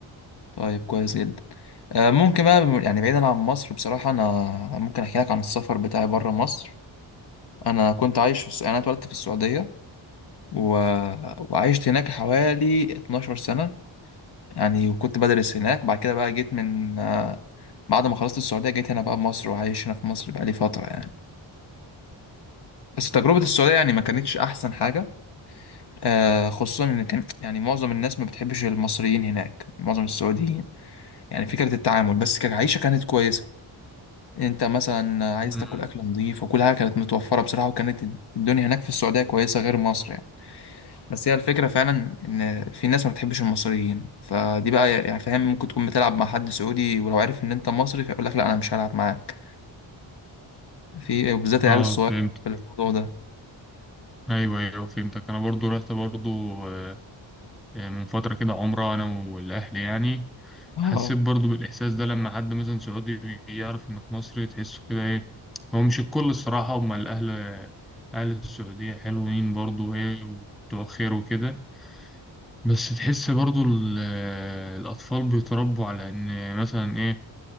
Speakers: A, on the left; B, in the centre.
A: طيب كويس جدا آه ممكن بقى يعني بعيدا عن مصر بصراحة انا ممكن احكي لك عن السفر بتاعي بره مصر انا كنت عايش في الس... انا اتولدت في السعوديه و... وعشت هناك حوالي 12 سنه يعني وكنت بدرس هناك بعد كده بقى جيت من آه، بعد ما خلصت السعوديه جيت هنا بقى مصر وعايش هنا في مصر بقى لي فتره يعني بس تجربه السعوديه يعني ما كانتش احسن حاجه آه خصوصا ان كان يعني معظم الناس ما بتحبش المصريين هناك معظم السعوديين يعني فكره التعامل بس كعيشه كانت كويسه انت مثلا عايز
B: مم.
A: تاكل اكل نظيف وكل حاجه كانت متوفره بصراحه وكانت الدنيا هناك في السعوديه كويسه غير مصر يعني بس هي الفكرة فعلا إن في ناس ما بتحبش المصريين فدي بقى يعني فاهم ممكن تكون بتلعب مع حد سعودي ولو عارف إن أنت مصري فيقول لك لا أنا مش هلعب معاك في وبالذات العيال
B: اه
A: الصغير
B: فهمت
A: في الموضوع ده
B: ايوه ايوه فهمتك انا برضو رحت برضو آه، آه، من فترة كده عمرة أنا والأهل يعني
A: اه
B: حسيت برضو بالإحساس ده لما حد مثلا سعودي يعرف إنك مصري تحسه كده إيه هو مش الكل الصراحة هما الأهل أهل السعودية حلوين برضو إيه وبتوع خير وكده بس تحس برضو ال- الأطفال بيتربوا على إن مثلا إيه